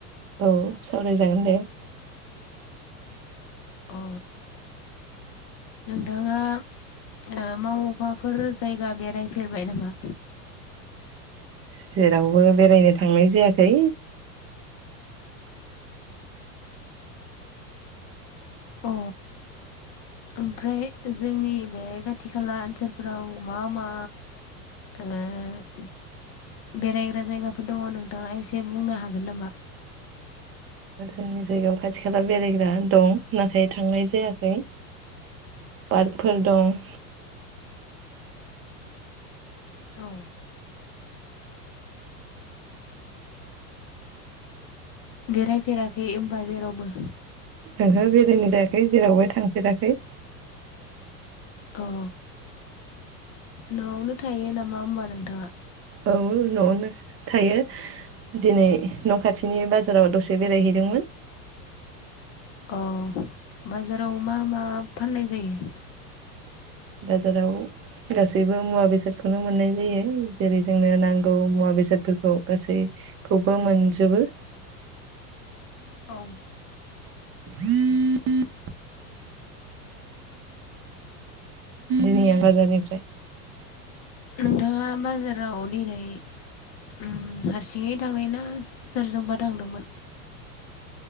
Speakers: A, on the right (about 30°); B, on the left (about 35°).
A: औ सावराय जागोन दे।
B: अ नोंथाङा ओ मावोबाफोर जायगा बेरायफेरबाय नामा?
A: जेरावबो बेरायनो थांनाय जायाखै।
B: अ ओमफ्राय जोंनि बे खाथि खाला ओनसोलफोराव मा मा बेरायग्रा ओ जायगाफोर दङ नोंथाङा एसे बुंनो हागोन नामा?
A: जोंनि जायगायाव खाथि खाला बेरायग्रा दं नाथाय थांनाय जायाखै पार्कफोर दं।
B: औ बेरायफेराखै होनबा जेरावबो।
A: ओहो बेरायनाय जायाखै जेरावबो थां फेराखै
B: अ न'आवनो थायो नामा होनबा नोंथाङा?
A: औ न'आवनो थायो दिनै न' खाथिनि बाजाराव दसे बेरायहैदोंमोन।
B: अ बाजाराव मा मा फाननाय जायो?
A: बाजाराव गासैबो मुवा बेसादखौनो मोननाय जायो। जेरै जोंनो नांगौ मुवा बेसादफोरखौ गासैखौबो मोनजोबो।
B: औ‌।
A: <unintelligible> जोंनिया बाजारनिफ्राय।
B: नोंथाङा बाजाराव दिनै उम हारसिङै थांनाय ना सोरजोंबा थांदोंमोन?